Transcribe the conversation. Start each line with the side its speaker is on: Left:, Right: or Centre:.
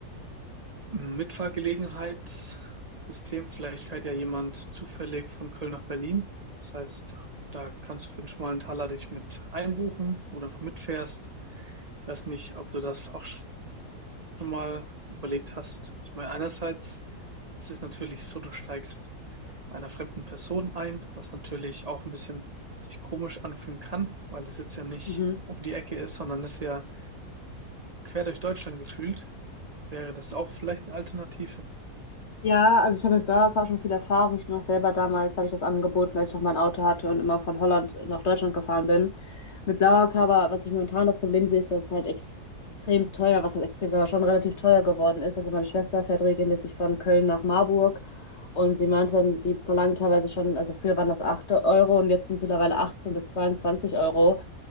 Right: Mitfahrgelegenheitssystem, vielleicht fährt ja jemand zufällig von Köln nach Berlin. Das heißt, da kannst du für einen schmalen Taler dich mit einbuchen oder einfach mitfährst. Ich weiß nicht, ob du das auch schon mal überlegt hast. Ich meine, einerseits ist es natürlich so, du steigst bei einer fremden Person ein, was natürlich auch ein bisschen sich komisch anfühlen kann, weil es jetzt ja nicht
Left: Mhm.
Right: um die Ecke ist, sondern es ist ja quer durch Deutschland gefühlt. Wäre das auch vielleicht eine Alternative?
Left: Ja, also ich habe mit Burger King schon viel Erfahrung. Ich bin auch selber damals, habe ich das angeboten, als ich noch mein Auto hatte und immer von Holland nach Deutschland gefahren bin. Mit Burger King, aber was ich momentan das Problem sehe, ist, dass es halt extremst teuer, was heißt extrem, aber schon relativ teuer geworden ist. Also meine Schwester fährt regelmäßig von Köln nach Marburg und sie meinte dann, die verlangen teilweise schon, also früher waren das 8 Euro und jetzt sind es mittlerweile 18 bis 22 Euro.